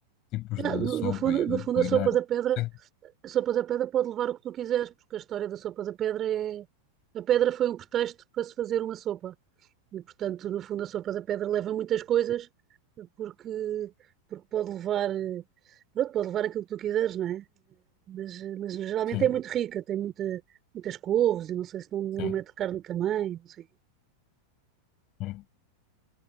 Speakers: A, on the left; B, on the right.
A: tipos
B: Ah,
A: de
B: No,
A: sopa
B: no fundo,
A: e
B: no
A: de
B: fundo,
A: culinária.
B: a sopa da pedra
A: Sei que-
B: A sopa da pedra pode levar o que tu quiseres, porque a história da sopa da pedra é. A pedra foi um pretexto para se fazer uma sopa. E, portanto, no fundo, a sopa da pedra leva muitas coisas, porque, porque pode levar. eh, Pronto, pode levar aquilo que tu quiseres, não é? Mas, eh, mas geralmente
A: Sim,
B: é muito rica, tem muita, muitas couves, e não sei se não, não
A: sim,
B: mete carne também, não sei.
A: sim.